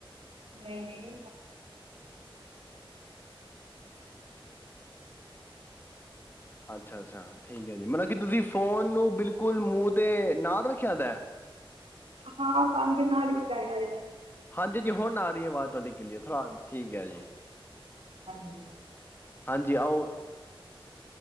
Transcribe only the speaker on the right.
ਨਹੀਂ, ਨਹੀਂ।
ਹਾਂ ਕੰਨ ਦੇ ਨਾਲ ਹੀ ਲਗਾਇਆ ਹੋਆ।
ਹਾਂਜੀ।